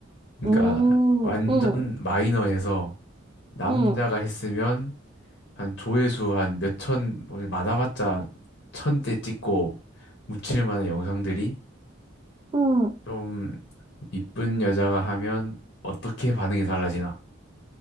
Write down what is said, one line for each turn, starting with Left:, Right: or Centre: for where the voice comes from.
Left: 그러니까
Right: 음,
Left: 완전
Right: 응,
Left: 마이너해서 남자가
Right: 응,
Left: 했으면 한 조회수 한 몇천, 뭐 많아봤자 천 대 찍고 묻힐 만한 영상들이
Right: 응,
Left: 좀 이쁜 여자가 하면 어떻게 반응이 달라지나.